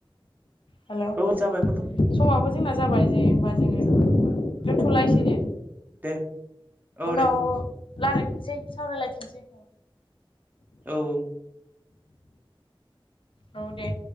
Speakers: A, on the left; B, on the right.
A: हेल'
B: औ जाबाय
A: समाबो जोंना जाबाय जे होमबा जोङो दोन्थ'लायनोसै दे।
B: दे औ
A: उनाव
B: दे
A: लारायफिनसै सावरायलायफिनसै
B: औ औ
A: <unintelligible> औ दे